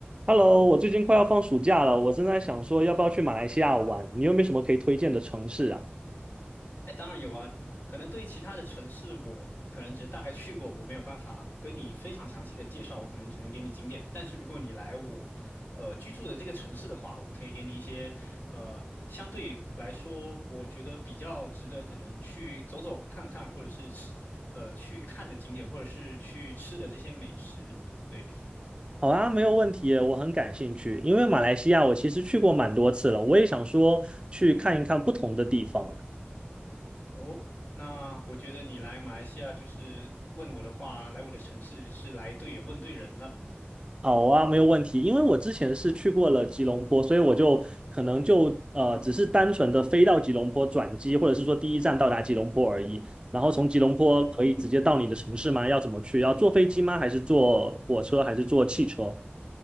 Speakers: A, on the right (about 25°); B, on the left (about 50°).
A: Hello，我最近快要放暑假了，我正在想说要不要去马来西亚玩，你有没有什么可以推荐的城市啊？
B: 哎，当然有啊，可能对其他的城市，我可能只大概去过，我没有办法跟你非常详细的介绍，我可能只能给你景点。但是如果你来我，呃，居住的这个城市的话，我可以给你一些，呃，相对来说，我觉得比较值得可能去走走看看，或者是吃，呃，去看的景点，或者是去吃的这些美食。对，
A: 好啊，没有问题耶我很感兴趣，因为马来西亚我其实去过蛮多次了，我也想说去看一看不同的地方。
B: 哦，那我觉得你来马来西亚就是问我的话，来我的城市是来对也问对人了。
A: 好啊，没有问题，因为我之前是去过了吉隆坡，所以我就可能就呃只是单纯的飞到吉隆坡转机，或者是说第一站到达吉隆坡而已。然后从吉隆坡可以直接到你的城市吗？要怎么去？要坐飞机吗？还是坐火车？还是坐汽车？